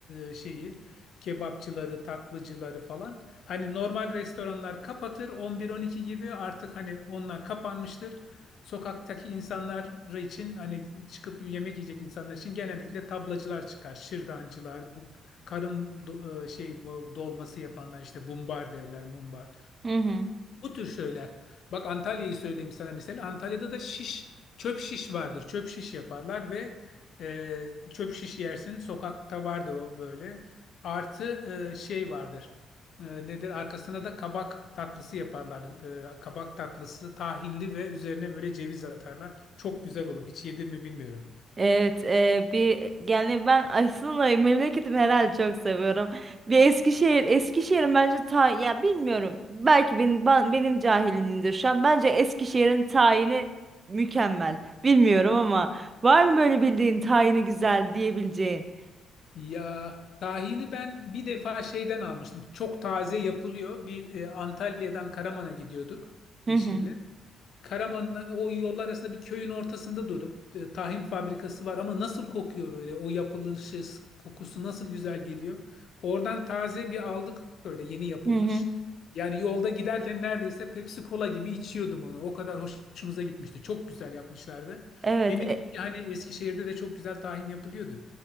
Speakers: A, on the left; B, on the right.
A: e, şeyi kebapçıları, tatlıcıları falan. Hani normal restoranlar kapatır 11-12 gibi artık hani onlar kapanmıştır. Sokaktaki insanlar için hani çıkıp yemek yiyecek insanlar için genellikle tablacılar çıkar. Şırdancılar, bu karın do- e, şey bu dolması yapanlar işte bumbar derler, mumbar.
B: hı.
A: Bu tür şeyler. Bak Antalya'yı söyleyeyim sana mesela. Antalya'da da şiş, çöp şiş vardır. Çöp şiş yaparlar ve e, çöp şiş yersin. Sokakta vardır o böyle. Artı e, şey vardır. E, nedir? Arkasına da kabak tatlısı yaparlar. E, kabak tatlısı tahinli ve üzerine böyle ceviz atarlar. Çok güzel olur. Hiç yedin mi bilmiyorum.
B: Evet, e, bir yani ben aslında memleketimi herhalde çok seviyorum. Bir Eskişehir, Eskişehir'in bence ta ya bilmiyorum. Belki benim ben- benim cahilimdir şu an. Bence Eskişehir'in tayini mükemmel. Bilmiyorum ama var mı böyle bildiğin tayini güzel diyebileceğin?
A: Ya tahini ben bir defa şeyden almıştım. Çok taze yapılıyor. Bir e, Antalya'dan Karaman'a gidiyorduk
B: Hı
A: eşimle.
B: hı.
A: Karaman'la o yollar arasında bir köyün ortasında durduk. E, Tahin fabrikası var ama nasıl kokuyor böyle o yapılışı kokusu nasıl güzel geliyor. Oradan taze bir aldık böyle yeni yapılmış.
B: Hı hı.
A: Yani yolda giderken neredeyse Pepsi Cola gibi içiyordum onu. O kadar hoşumuza gitmişti. Çok güzel yapmışlardı.
B: Evet,
A: Eminim ki hani Eskişehir'de de çok güzel tahin yapılıyordur.